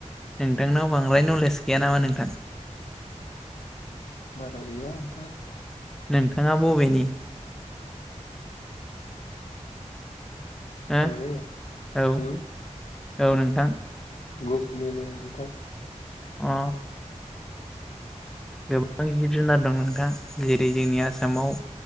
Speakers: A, in the centre; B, on the left.
A: नोंथांनाव बांद्राय नलेज गैया नामा नोंथां
B: बारा गैया नोंथां
A: नोंथाङा बबेनि हो
B: आङो
A: औ
B: ओ
A: औ नोंथां
B: गपुरनिनो नोंथां
A: अ गोबां जिब जुनार दं नोंथाङा जेरै जोंनि आसामाव